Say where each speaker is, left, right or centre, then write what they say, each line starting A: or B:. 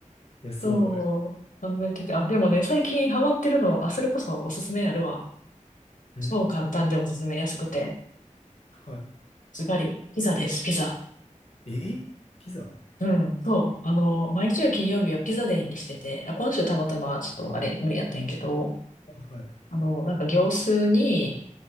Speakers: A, on the left; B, on the left.
A: いや、すごい。
B: そう、考えてて、あ、でもね、最近ハマってるの、あ、それこそおすすめあるわ。そう簡単でおすすめ安くて、
A: んは
B: ズバリ、ピザです、ピザ。
A: い。えピザ
B: うん、そう。あの、毎週金曜日はピザデイにしてて、あ、今週たまたまちょっとあれ無理やったんやけど、
A: うんあはい。
B: あの、なんか業数に、